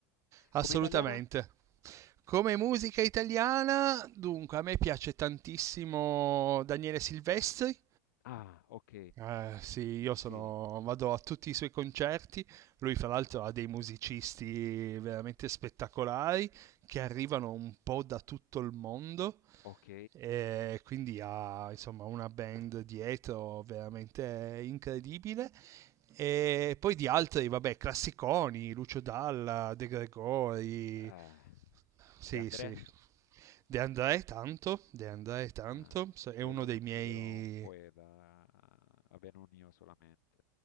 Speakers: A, on the right; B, on the left.
A: assolutamente.
B: Come italiana?
A: Come musica italiana, dunque, a me piace tantissimo Daniele Silvestri
B: Ah, ok.
A: Eh, sì, io
B: Sì,
A: sono, vado a tutti i suoi concerti. Lui, fra l'altro, ha dei musicisti veramente spettacolari che arrivano un po' da tutto il mondo.
B: ok.
A: E quindi ha, insomma, una band dietro veramente incredibile. E poi di altri, vabbè, classiconi, Lucio Dalla, De Gregori.
B: Eh,
A: Sì,
B: De André,
A: sì. De André tanto, De André tanto,
B: eh,
A: so- è
B: io
A: uno
B: lo considero
A: dei miei
B: un poeta, eh, vabbè, non io solamente.